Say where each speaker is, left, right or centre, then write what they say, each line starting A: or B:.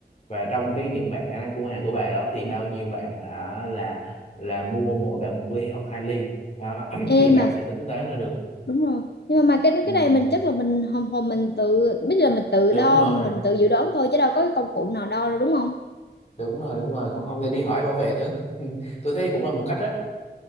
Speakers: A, on the left; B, on the left.
A: và trong cái những bạn khả năng mua hàng của bà đó thì bao nhiêu bạn là là là mua mỗi bạn một ly hoặc hai ly đó <clears throat>
B: em
A: thì bà
B: mà
A: sẽ tính toán ra được
B: đúng rồi nhưng mà mà cái
A: ừ.
B: cái này mình chắc là mình hồn hồn mình tự biết là mình tự
A: đúng
B: đo
A: rồi
B: mình tự dự đoán thôi chứ đâu có cái công cụ nào đo đâu đúng không
A: đúng rồi đúng rồi còn không thì đi hỏi bảo vệ thử <laughs> tôi thấy cũng là một cách đó